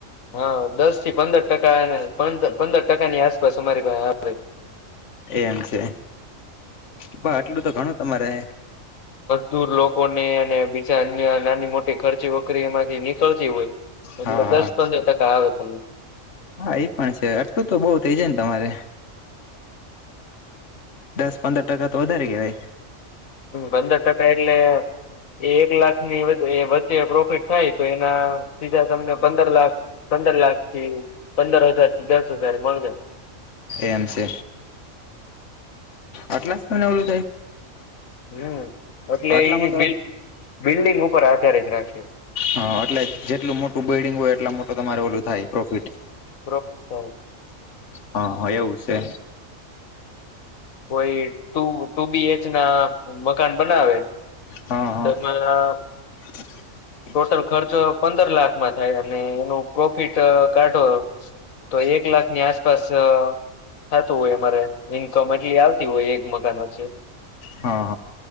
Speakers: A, on the left; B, on the left.
A: હા દસ થી પંદર ટકા પંદર ટકાની આસપાસ અમારી આવે.
B: એમ છે પણ આટલું તો ઘણું તમારે
A: દૂર લોકો ને અને બીજા અન્ય નાની મોટી ખર્ચી વખરી એમાંથી નીકળતી હોય એટલે
B: હા
A: દસ
B: હા
A: પંદર ટકા આવે તમને
B: હા એઈ પણ છે આટલું તો બઉ થઈ જાય ને તમારે. દસ પંદર ટકા તો વધારે કેવાય!
A: હમ પંદર ટકા એટલે એક લાખ ની તો એ વચ્ચે પ્રોફિટ થાય તો એના સીધા તમને પંદર લાખ પંદર લાખ થી પંદર હજાર થી દસ હજાર <unintelligible>
B: એમ છે આટલા <unintelligible> થાય?
A: હમ એટલે
B: આટલામાં
A: એ
B: તો
A: બ બિલ્ડિંગ ઉપર આધારિત રાખે.
B: હા એટલે જેટલું મોટું બિલ્ડિંગ હોય એટલુ મોટું તમારે ઓલું થાય. પ્રોફિટ
A: પ્રોફિટ થવું
B: હા હા એવું છે.
A: કોઈ ટુ ટુ બી એચ ના મકાન બનાવે
B: હા હા
A: તો મારા
B: <inaudible>
A: ટોટલ ખર્ચો પંદર લાખમાં થાય અને એનું પ્રોફિટ કાઢો તો એક લાખની આસપાસ થતું હોય અમારે ઇન્કમ એટલી આવતી હોય એક મકાન વચ્ચે.
B: હા